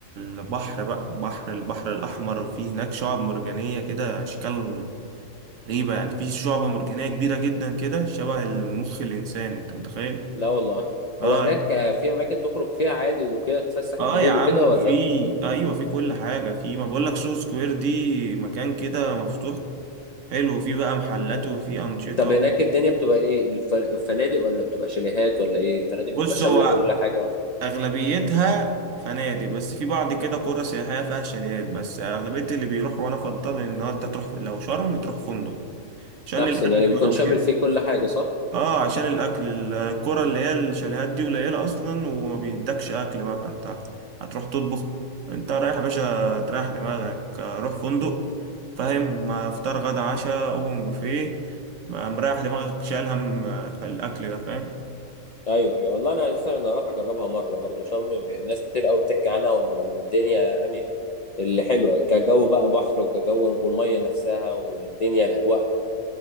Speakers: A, on the right; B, on the left.
A: البحر بقى بحر البحر الاحمر وفي هناك شعاب مرجانيه كده اشكال غريبه يعني في شعبه مرجانيه كبيره جدا كده شبه المخ الانسان انت متخيل
B: لا والله
A: اه
B: هو هناك آه، في اماكن تخرج فيها عادي وكده تتفسح
A: اه
B: بالليل
A: يا عم
B: وكده ولا
A: وفي ايوه في كل حاجه في ما بقول لك سوق سكوير دي مكان كده مفتوح حلو في بقى محلات وفي انشطه
B: طب هناك الدنيا بتبقى ايه الف- الفنادق ولا بتبقى شاليهات ولا ايه الفنادق بتبقى
A: بص
B: شامله
A: هو
B: كل حاجه ولا
A: اغلبيتها فنادق بس في بعض كده قرى سياحيه فيها شاليهات بس اغلبيه اللي بيروح وانا افضل ان هو انت تروح لو شرم تروح فندق عشان
B: احسن
A: الاكل
B: يعني بيكون
A: بقى
B: شامل
A: وكده
B: فيه كل حاجه صح
A: اه عشان الاكل الكرة اللي هي الشاليهات دي قليلة اصلا وما بيدكش اكل بقى فانت هتروح تطبخ انت رايح يا باشا تريح دماغك آه، روح فندق فاهم آه، فطار غدا عشاء اوبن بوفيه آه، مريح دماغك شايل هم آه، الاكل ده فاهم
B: ايوه ايوه والله انا عايز فعلا اروح اجربها مره برضو شرم ناس كتير قوي بتحكي عنها ومن الدنيا يعني اللي حلوه كجو بقى بحر وكجو والميه نفسها والدنيا الاجواء